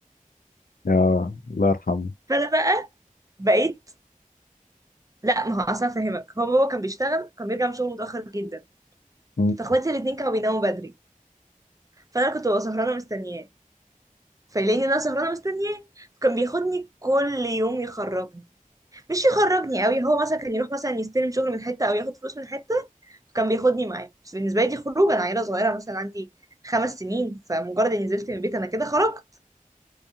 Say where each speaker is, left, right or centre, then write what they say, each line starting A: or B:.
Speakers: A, on the left; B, on the right.
A: اه الله يرحمه
B: فأنا بقى بقيت لا ما هو أصلا فاهمك هو بابا كان بيشتغل كان بيرجع من شغله متأخر جدا
A: م.
B: فاخواتي الاتنين كانوا بيناموا بدري فأنا كنت ببقى سهرانة مستنياه فيلاقيني إن أنا سهرانة مستنياه فكان بياخدني كل يوم يخرجني مش يخرجني قوي هو مثلا كان يروح مثلا يستلم شغل من حتة أو ياخد فلوس من حتة فكان بياخدني معاه بس بالنسبة لي دي خروج أنا عيلة صغيرة مثلا عندي خمس سنين فمجرد إني نزلت من البيت أنا كده خرجت